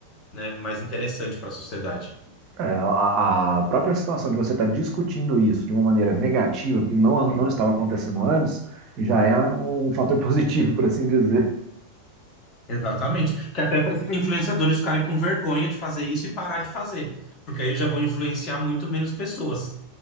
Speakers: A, on the left; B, on the right.
A: né, mais interessante para a sociedade.
B: É, a, a própria situação de você estar discutindo isso de uma maneira negativa, que não, não estava acontecendo antes, já é um fator <laughs> positivo, por assim dizer.
A: Exatamente. Que até para influenciadores ficarem com vergonha de fazer isso e parar de fazer, porque aí eles já vão influenciar muito menos pessoas.